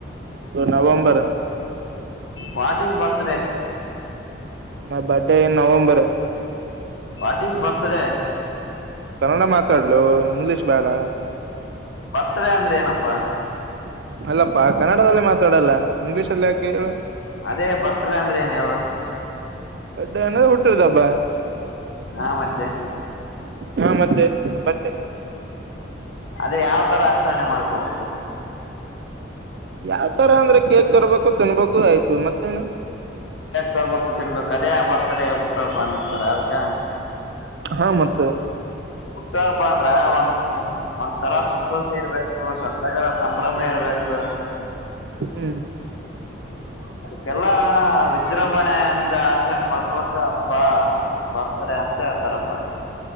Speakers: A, on the right; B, on the left.
A: ನವೆಂಬರ್.
B: What is birthday.
A: ಮ birthday in November.
B: What is birthday.
A: Kannada ಮಾತಾಡಲೋ ಇಂಗ್ಲಿಷ್ ಬೇಡ.
B: ಬರ್ತ್ಡೇ ಅಂದ್ರೆ ಏನಪ್ಪಾ.
A: ಅಲ್ಲಪ್ಪಾ ಕನ್ನಡದಲ್ಲಿ ಮಾತಾಡಲ್ಲ ಇಂಗ್ಲೀಷ್ ಅಲ್ಲಿ ಯಾಕೆ ಹೇಳ.
B: ಅದೇ ಬರ್ತ್ಡೇ ಅಂದ್ರೆ ಏನು ಹೇಳು.
A: ಬರ್ತ್ಡೇ ಅಂದ್ರೆ ಹುಟ್ಟಿದ್ ಹಬ್ಬ.
B: ಹಾ ಮತ್ತೆ
A: ಹಾ ಮತ್ತೆ ಮತ್ತೆ.
B: ಅದೇ ಯಾವ್ ತರ ಆಚರಣೆ ಮಾಡ್ಕೋಬೇಕು.
A: ಯಾವ್ ತರ ಅಂದ್ರೆ ಕೇಕ್ ತರ್ಬೇಕು ತಿನ್ಬೇಕು ಆಯ್ತು ಮತ್ತೇನು.
B: ಕೇಕು ತರ್ಬೇಕು ತಿನ್ಬೇಕು ಅದೇ ಬರ್ತ್ಡೇ ಹುಟ್ಟು ಹಬ್ಬ ಅಂತಾರ ಅದಕ್ಕ.
A: ಹಾ ಮತ್ತ.
B: ಹುಟ್ಟ ಹಬ್ಬ ಅಂದ್ರ ಒಂದ್ ಒಂದ್ ತರ ಸಂತೋಷ ಇರ್ಬೇಕು. ತಗಳ ಸಂಭ್ರಮ ಇರ್ಬೇಕು.
A: ಹ್ಮ್.
B: ಅದಕ್ಕೆಲ್ಲಾ ವಿಜೃಂಭಣೆಯಿಂದ ಆಚರಣೆ ಮಾಡ್ಕೊಳಕ ಹಬ್ಬಾ. ಬರ್ತ್ಡೇ ಅಂತ ಹೇಳ್ತಾರಪ್ಪ.